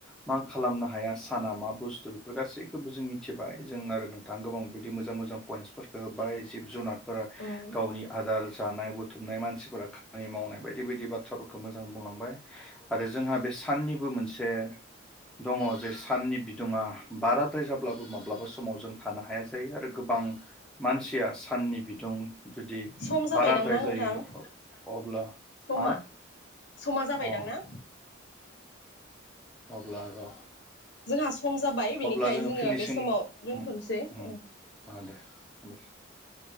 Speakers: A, in the centre; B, on the left.
A: मा खालामनो हाया साना मा बुस्थु बेफोर गासैखौबो जों मिथिबाय जों आरो नोंथाङा गोबां बिबायदि मोजां मोजां पइन्टसफोरखौ होबाय जिब जुनारफोरा
B: ओम
A: गावनि आदार जानाय बुथुमनाय मानसिफोरा खामानि मावनाय बायदि। बेबायदि बाथ्राफोरखौ मोजां बुंलांबाय आरो जोंहा बे साननिबो मोनसे दङ जे साननि बिदुङा बाराद्राय जाब्लाबो माब्लाबा समाव जों थानो हाया जायो आरो गोबां। मानसिया साननि बिदुं जुदि
B: सम जाबायदांना
A: बाराद्राय जायो
B: नोंथां
A: अब्ला।
B: समा
A: हा
B: समा जाबायदां
A: अ
B: ना
A: अब्ला र'
B: जोंहा स सम जाबाय बेनिखाय
A: अब्ला
B: जोङो
A: फिनिसिं
B: बे समाव दोनथ'नोसै
A: उम उम
B: ओ
A: ओ <unintelligible>